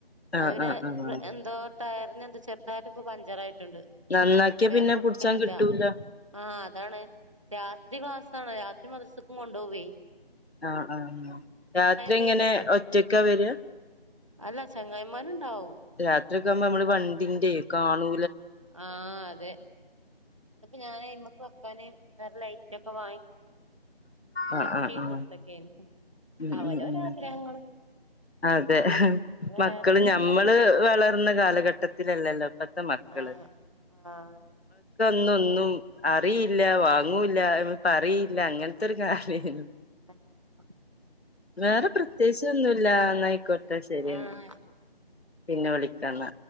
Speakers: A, on the left; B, on the right.
A: ആഹ്
B: അത് പിന്നെ
A: ആഹ് ആഹ്
B: എന്തോ ടയറിന് എന്താ ചെറി - ഡയർറ് ഇപ്പൊ പഞ്ചറായി ഇണ്ട്
A: നന്നാക്കിയ പിന്നെ
B: ഞാൻ കൊടുക്കലില്ല
A: പുടിച്ചാൻ കിട്ടൂല
B: ആ അതാണ് രാത്രി ക്ലാസ്- മദ്രസക്കും കൊണ്ടുപോകുവെ
A: ആ ആ് രാത്രി
B: പെയ്തിട്ട്
A: എങ്ങനെ ഒറ്റക്കാ വര
B: അല്ല ചങ്ങായിമാരുണ്ടാവും
A: രാത്രിയക്കെ ആകുമ്പോ നമ്മള് വണ്ടിന്റെ കാണൂ
B: ആഹ് അതെ അപ്പ ഞാനയ്മക്ക് പിന്നെ വേറെ ലൈറ്റ് ഒക്കെ വാങ്ങി
A: ആ
B: സെറ്റാക്കി
A: ആ ആ
B: കൊടുത്തൊക്കേനി
A: ഉ
B: അവരവരെ
A: ഉ ഉ
B: ആഗ്രഹങ്ങള്
A: അതെ
B: വേറെ
A: മക്കള്
B: പിന്നെ
A: ഞമ്മള്
B: എന്തൊക്കെയുണ്ട്
A: വളർന്ന കാലഘ ട്ടത്തിലല്ലല്ലോ മക്കള്
B: ആഹ് ആഹ്
A: ന്നൊന്നും അറിയില്ല വാങ്ങൂ പറയില്ല തൊക്കെ രു കാലേനു
B: അതന്നെ
A: വേറെ പ്രത്യകിച്ച് ഒന്നുമല്ല എന്നായിക്കോട്ടെ ശരിയന്ന
B: ആഹ്
A: പിന്നെ വിളിക്കന്ന